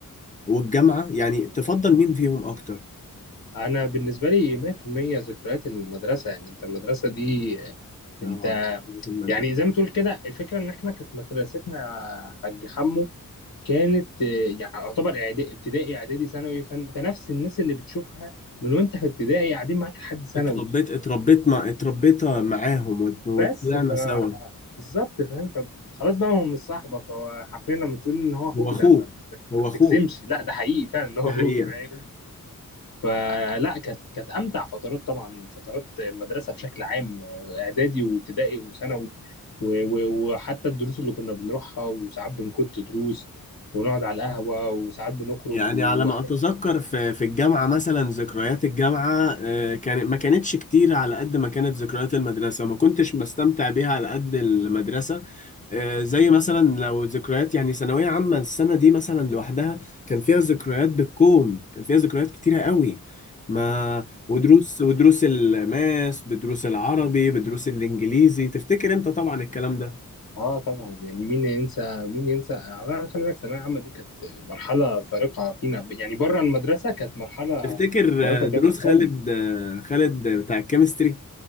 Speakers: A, on the left; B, on the left.
A: والجامعة يعني تفضل مين فيهم اكتر
B: انا بالنسبه لي 100% ذكريات المدرسه يعني انت المدرسه دي انت
A: اه المدرسة
B: يعني زي ما تقول كده الفكره ان احنا كانت مدرستنا حاج حمو كانت آه، يعني يعتبر إعدا- ابتدائي اعدادي ثانوي فانت نفس الناس اللي بتشوفها من وانت في ابتدائي قاعدين معاك لحد ثانوي
A: اتربيت اتربيت مع اتربيت معاهم وت- وطلعنا
B: بس ف
A: سوا
B: بالظبط فاهم فخلاص بقى هو مش صاحبك هو حرفيا لما تقول ان هو اخوك
A: هو اخوك
B: ده ما
A: هو
B: ما
A: اخوك
B: بتجزمش لا ده حقيقي فعلا ان هو
A: دي
B: اخوك
A: حقيقة
B: فاهم فلا كانت كانت امتع فترات طبعا فترات المدرسه بشكل عام اعدادي وابتدائي وثانوي و- و- وحتى الدروس اللي كنا بنروحها وساعات بنكت دروس ونقعد على القهوه وساعات بنخرج
A: يعني
B: و...
A: على ما اتذكر في في الجامعه مثلا ذكريات الجامعه آه، كانت ما كانتش كتير على قد ما كانت ذكريات المدرسه ما كنتش بستمتع بيها على قد المدرسه آه، زي مثلا لو ذكريات يعني ثانويه عامه السنه دي مثلا لوحدها كان فيها ذكريات بالكوم كان فيها ذكريات كتيره قوي ما ودروس ودروس الماس بدروس العربي بدروس الانجليزي تفتكر انت طبعا الكلام ده
B: اه طبعا يعني مين ينسى مين ينسى آه، خلي بالك الثانويه العامه دي كانت مرحله فارقه فينا يعني بره المدرسه كانت مرحله
A: تفتكر
B: فارقه
A: آه، دروس
B: كانت
A: خالد
B: قوي
A: آه، خالد بتاع الكيمستري